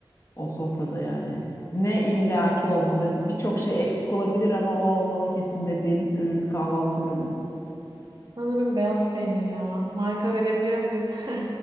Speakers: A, on the left; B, on the right.
A: o sofrada yani? Ne illaki olmalı? Birçok şey eksik olabilir ama o olmalı kesin dediğin ürün, kahvaltı ürünü.
B: Sanırım beyaz peynir ya. Marka verebiliyor muyuz? <laughs>